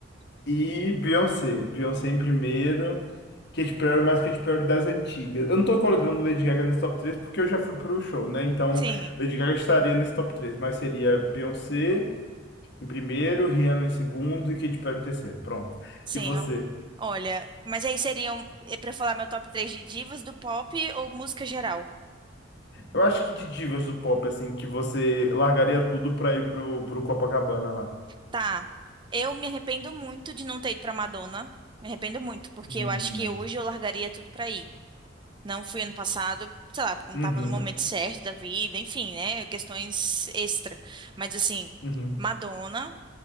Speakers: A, on the left; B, on the right.
A: E Beyoncé. Beyoncé em primeiro. Katy Perry, mais Katy Perry das antigas. Eu não tô colocando Lady Gaga nesse top 3 porque eu já fui pro show, né? Então,
B: Sim,
A: Lady Gaga estaria nesse top 3, mas seria Beyoncé em primeiro, Rihanna em segundo e Katy Perry em terceiro. Pronto.
B: sim.
A: E você?
B: eu- olha, mas aí seriam, é pra eu falar meu top três de divas do pop ou música geral?
A: Eu acho que de divas do pop, assim, que você largaria tudo pra ir pro, pro Copacabana lá.
B: Tá. Eu me arrependo muito de não ter ido pra Madonna. Me arrependo muito, porque
A: Hum.
B: eu acho que hoje eu largaria tudo pra ir. Não fui ano passado, sei lá, porque não
A: Uhum.
B: tava no momento certo da vida, enfim, né? Questões extra. Mas assim,
A: Uhum.
B: Madonna,